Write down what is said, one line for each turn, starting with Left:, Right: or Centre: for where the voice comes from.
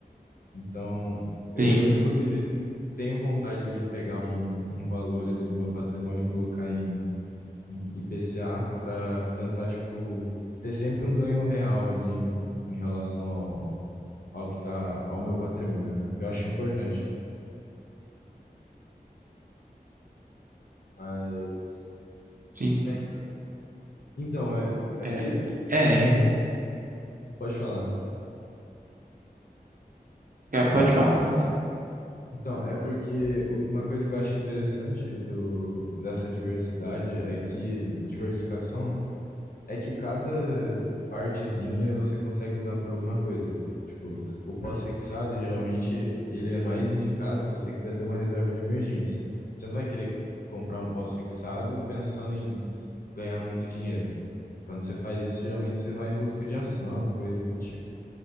Left: Então, eu,
Right: Sim,
Left: eu inclusive tenho vontade de pegar um, um valor ali do meu patrimônio e colocar em, em IPCA para tentar, tipo, ter sempre um ganho real ali em, em relação ao, ao que tá, ao meu patrimônio, né? Que eu acho importante. Mas
Right: sim.
Left: É, então, então, é, é
Right: É,
Left: porque.
Right: é,
Left: e- Pode falar.
Right: é, pode falar.
Left: Então, é porque o- uma coisa que eu acho interessante do, dessa diversidade é que. Diversificação, né? É que cada partezinha você consegue usar para alguma coisa. Tipo, o pós-fixado, geralmente, ele é mais indicado se você quiser ter uma reserva de emergência. Você não vai querer comprar um pós-fixado pensando em ganhar muito dinheiro. Quando você faz isso, geralmente você vai em busca de ação, coisa do tipo.